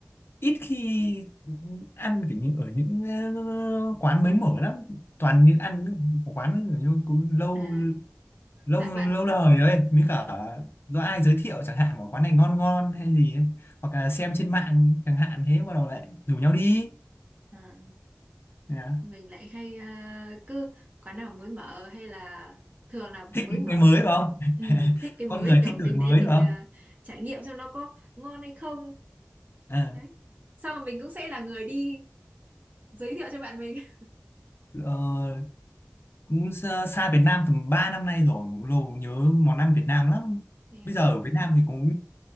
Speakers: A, on the left (about 55°); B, on the right (about 35°).
A: ít khi ăn kiểu như ở những ờ, quán mới mở lắm toàn những ăn những quán ấy kiểu như cũng lâu
B: à
A: lâu
B: bạn
A: lâu
B: bạn
A: đời ấy mới
B: à,
A: cả do ai giới thiệu chẳng hạn bảo quán này ngon ngon hay gì ấy. hoặc là xem trên mạng chẳng hạn thế bắt đầu lại rủ nhau đi
B: à,
A: Dạ.
B: mình lại hay ờ, cứ quán nào mới mở hay là thường là mới
A: thích những
B: mở
A: cái mới phải không
B: ừ,
A: <laughs>
B: thích cái
A: con
B: mới
A: người
B: kiểu
A: thích
B: mình
A: đổi mới
B: đến mình
A: phải
B: à,
A: không
B: trải nghiệm xem nó có ngon hay không
A: à,
B: đấy xong rồi mình cũng sẽ là người đi giới thiệu cho bạn mình <laughs>
A: ờ, cũng xa xa Việt Nam tầm 3 năm nay rồi lâu nhớ món ăn Việt Nam lắm
B: Thì
A: bây giờ ở Việt Nam thì cũng